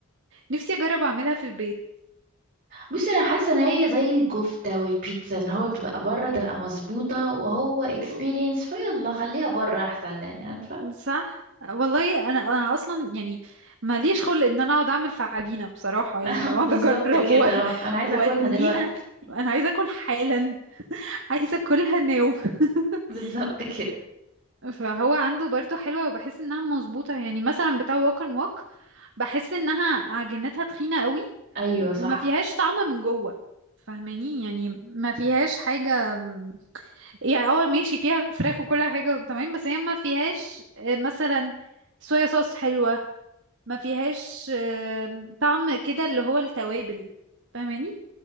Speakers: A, on the right; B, on the right.
A: نفسي اجرب اعملها في البيت
B: بصي انا حاسه ان هي زي الكفته والبيتزا اللي هو تبقى بره تبقى مظبوطه وهو اكسبيرينس
A: و-
B: فيلا خليها بره احسن يعني عارفه
A: صح والله انا انا اصلا يعني ماليش خلق ان انا اقعد اعمل في عجينه بصراحه
B: <laughs>
A: يعني واقعد
B: بالظبط
A: اجرب
B: كده
A: و-
B: انا عايزه
A: واتنيها
B: اكلها دلوقتي
A: انا عايزه اكل حالا عايزه اكلها ناو <laughs>
B: بالظبط كده
A: فهو عنده برضو حلوة وبحس انها مظبوطة يعني مثلا بتاع ووك اند ووك بحس انها عجينتها تخينة قوي
B: ايوه
A: و-
B: صح
A: وما فيهاش طعم من جوه فاهماني يعني ما فيهاش حاجة م- يعني اه ماشي فيها فراخ وكل حاجة تمام بس هي ما فيهاش آه، مثلا صويا صوص حلوة ما فيهاش آه، طعم كده اللي هو التوابل فاهماني